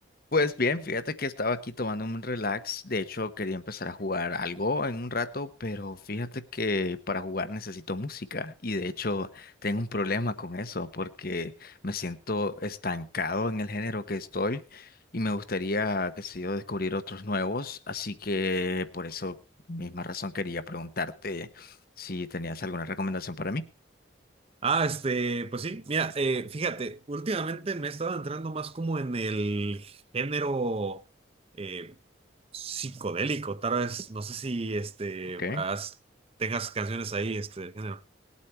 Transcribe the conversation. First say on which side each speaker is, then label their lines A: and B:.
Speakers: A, on the left; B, on the right.
A: Pues bien, fíjate que estaba aquí tomando un relax. De hecho, quería empezar a jugar algo en un rato, pero fíjate que para jugar necesito música y de hecho tengo un problema con eso porque me siento estancado en el género que estoy y me gustaría, qué sé yo, descubrir otros nuevos. Así que por eso, misma razón, quería preguntarte si tenías alguna recomendación para mí.
B: Ah, este, pues sí, mira, eh, fíjate, últimamente me he estado entrando más como en el género eh, psicodélico, tal vez, no sé si este,
A: Ok.
B: has- tengas canciones ahí, este, del género.